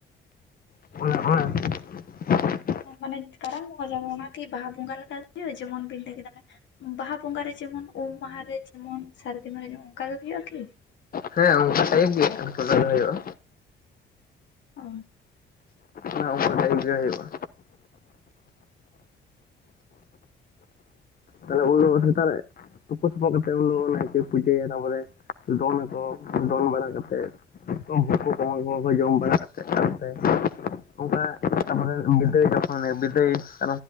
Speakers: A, on the left; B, on the left.
A: ᱦᱳᱭ᱾
B: ᱢᱟᱱᱮ ᱠᱟᱨᱟᱢ ᱵᱚᱸᱜᱟ ᱡᱟᱵ ᱚᱱᱟᱠᱤ ᱵᱟᱦᱟ ᱵᱚᱸᱜᱟ ᱞᱮᱠᱟ ᱦᱩᱭᱩᱜ-ᱟ ᱡᱮᱢᱚᱱ ᱵᱤᱱ ᱞᱟᱹᱭ ᱠᱮᱫᱟ ᱚᱱᱮ ᱵᱟᱦᱟ ᱵᱚᱸᱜᱟ ᱨᱮ ᱡᱮᱢᱚᱱ ᱩᱢ ᱢᱟᱦᱟ ᱨᱮ ᱡᱮᱢᱚᱱ ᱥᱟᱹᱨᱫᱤ ᱢᱟᱦᱟ ᱨᱮ ᱡᱮᱢᱚᱱ ᱚᱱᱠᱟᱜ ᱜᱮ ᱦᱩᱭᱩᱜᱼᱟ ᱠᱤ?
A: ᱦᱮᱸ ᱚᱱᱠᱟ ᱴᱟᱭᱤᱯ ᱜᱮ ᱚᱱᱠᱟ ᱠᱫᱚ ᱟᱫᱚ ᱦᱩᱭᱩᱜᱼᱟ᱾
B: ᱚ᱾
A: ᱚᱱᱟ ᱚᱱᱠᱟ ᱴᱟᱭᱤᱯ ᱜᱮ ᱦᱩᱭᱩᱜᱼᱟ᱾ ᱛᱟᱦᱞᱮ <inaudible> ᱥᱮᱛᱟᱜ ᱨᱮ ᱛᱩᱯᱟᱹ ᱥᱟᱯᱷᱟ ᱠᱟᱛᱮᱫ ᱩᱱ ᱫᱚ ᱱᱟᱭᱠᱮ ᱯᱩᱡᱟᱹᱭᱟᱭ ᱛᱟᱯᱚᱨᱮ ᱫᱚᱱᱟᱠᱚ ᱫᱚᱱ ᱵᱟᱲᱟ ᱠᱟᱛᱮᱫ <inaudible> ᱡᱚᱢ ᱵᱟᱲᱟ ᱠᱟᱛᱮᱫ <inaudible> ᱚᱱᱠᱟ ᱛᱟᱯᱨᱮ ᱵᱤᱫᱟᱹᱭ ᱡᱚᱠᱷᱚᱱᱮ ᱵᱤᱫᱟᱹᱭ ᱾